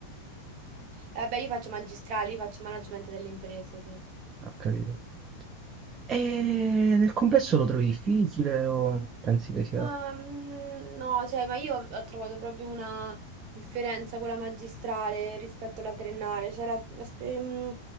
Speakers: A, on the right; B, on the right.
A: Eh, Vabbè, io faccio magistrale, io faccio management delle imprese, sì.
B: Ho capito. E nel complesso lo trovi difficile o pensi che sia...
A: Ma mm, no, cioè, ma io ho trovato proprio una differenza con la magistrale rispetto alla triennale. Cioè, la, la spe- mm,